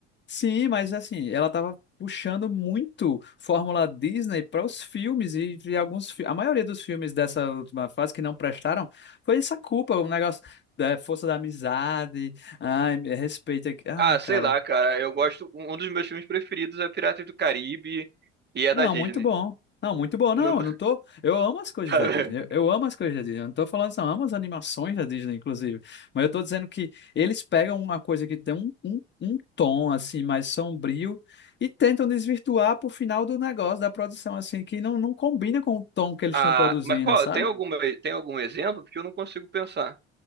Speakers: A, on the left (about 30°); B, on the right (about 30°).
A: Sim, mas assim, ela tava puxando muito Fórmula Disney para os filmes e, e alguns, fi- a maioria dos filmes dessa última fase que não prestaram foi essa culpa, um negócio da força da amizade, ai, respeito aqui. Ai,
B: Ah,
A: cara.
B: sei lá, cara, eu gosto. Um dos meus filmes preferidos é Piratas do Caribe e é
A: Não,
B: da Disney.
A: muito bom. Não, muito bom.
B: Não-
A: Não, eu não tô. Eu amo as coisas
B: <laughs>
A: da Disney. Eu, eu amo as coisas da Disney. Eu não tô falando isso, não. Eu amo as animações da Disney, inclusive. Mas eu tô dizendo que eles pegam uma coisa que tem um, um, um tom, assim, mais sombrio e tentam desvirtuar pro final do negócio, da produção, assim, que não, não combina com o tom que eles
B: Ah,
A: estão produzindo,
B: mas qual?
A: sabe?
B: Tem alguma, tem algum exemplo? Porque eu não consigo pensar.